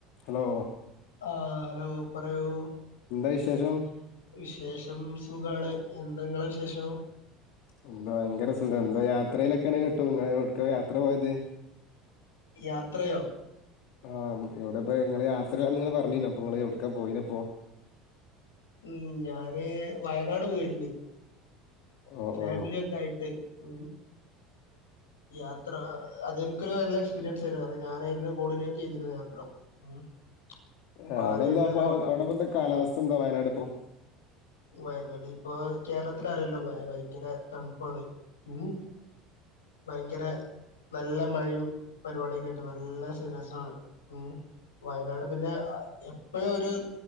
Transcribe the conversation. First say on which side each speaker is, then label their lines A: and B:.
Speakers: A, on the left (about 60°); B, on the left (about 75°).
A: Hello
B: ആഹ് hello പറയൂ
A: എന്താ വിശേഷം
B: വിശേഷം സുഖാണ് എന്താ ഇങ്ങളെ വിശേഷം?
A: എന്താ ഭയങ്കര സുഖംംഎന്താ യാത്രയിലൊക്കെയാണ് കേട്ടു ഇങ്ങൾ എവ്ട്ക്ക യാത്ര പോയത്.
B: യാത്രയോ?
A: ആഹ് എവിടെപ്പ ഇങ്ങള് യാത്രേലാന്ന് നിങ്ങള് പറഞ്ഞിനു അപ്പൊ നിങ്ങള് എവ്ട്ക്ക പോയിനിപ്പോ
B: ഉം ഞാന് വയനാട് പോയിരുന്ന്
A: ഓ
B: ഫാമിലി
A: ഓ
B: ക്കായിട്ട് ഉം യാത്ര അതെനിക്കൊരു നല്ല എക്സ്പീരിയൻസ് ആയിരുന്നു കാരണം ഞാനായിരുന്നു കോർഡിനേറ്റ് ചെയ്തിരുന്നു യാത്ര ഉം അപ്പൊ
A: ഏഹ് അവിടെന്താപ്പ
B: ആദ്യായിട്ടൊരു
A: അവിടെന്താ കാലാവസ്ഥ എന്താ വയനാട്പ്പോ.
B: വയനാട് ഇപ്പൊ കേരളത്തിലറിയല്ലോ ഭയങ്കര തണുപ്പാണ് ഉം ഭയങ്കര നല്ല മഴയും പരിപാടിയൊക്കെ ആയിട്ട് നല്ല സ് രസാണ് ഉം വയനാട് പിന്നെ എപ്പഴും ഒരു